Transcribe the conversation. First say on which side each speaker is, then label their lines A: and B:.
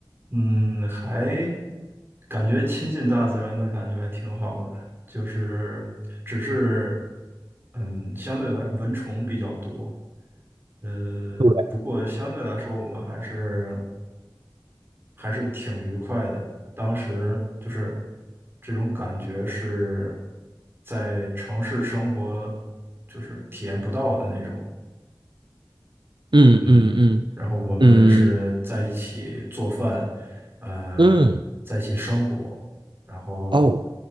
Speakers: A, on the right (about 30°); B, on the right (about 75°).
A: 嗯，还感觉亲近大自然的感觉还挺好的，就是只是，嗯，相对来蚊虫比较多，呃，
B: 对，
A: 不过相对来说我们还是还是挺愉快的。当时就是这种感觉是在城市生活就是体验不到的那种。
B: 嗯嗯嗯
A: 嗯，然后我们是在一起做饭，
B: 嗯
A: 呃，
B: 嗯，
A: 在一起生活，然后
B: 哦